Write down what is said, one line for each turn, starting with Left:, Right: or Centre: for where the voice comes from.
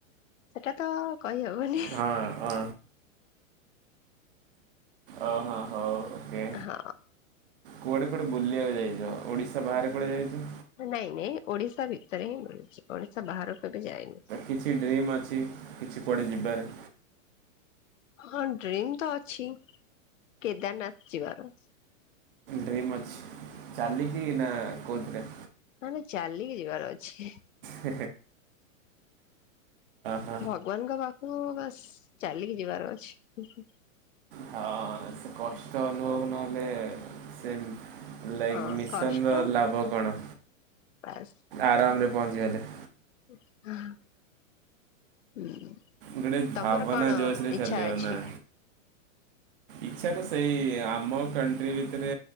Left: ସେଇଟା ତ କହିହବନି
Right: ହଁ ହ। ଓ ହୋ ହୋଉ ଓକେ।
Left: ହଁ
Right: କୁଆଡେ କୁଆଡେ ବୁଲିବାକୁ ଯାଇଚ ଓଡ଼ିଶା ବାହାରେ କୁଆଡେ ଯାଇଚ?
Left: ନାଇଁ ନାଇଁ ଓଡିଶା ଭିତରେ ହିଁ ବୁଲିଚି ଓଡିଶା ବାହାରକୁ କେବେ ଯାଇନି।
Right: କିଛି ଡ୍ରିମ୍ ଅଛି କିଛି କୋଆଡ଼େ ଯିବାରେ?
Left: ହଁ ଡ୍ରିମ ତ ଅଛି କେଦାରନାଥ ଯିବାର।
Right: ଡ୍ରିମ୍ ଅଛି ଚାଲିକି ନା କେଉଥିରେ?
Left: ନା ଆମେ ଚାଲିକି ଯିବାର ଅଛି।
Right: ଏ ହ
Left: ଭଗବାନଙ୍କ ପାଖକୁ ବାସ ଚାଲିକି ଯିବାର ଅଛି।
Right: ହଁ ସେ କଷ୍ଟ ଅନୁଭବ ନହେଲେ ସେ ଲାଇକ୍
Left: ହଁ
Right: ମିଶନ
Left: କଷ୍ଟ
Right: ର ଲାଭ କଣ
Left: ବାସ୍
Right: ଆରାମରେ ପହଞ୍ଚିଗଲେ।
Left: ହୁଁ।
Right: ଗୋଟେ
Left: ତମର
Right: ଭାବନା
Left: କଣ
Right: ଜୋସରେ
Left: ଇଚ୍ଛା
Right: ଚାଲିବ
Left: ଅଛି?
Right: ନା। ଇଚ୍ଛା ତ ସେଇ ଆମ କଣ୍ଟ୍ରି ଭିତରେ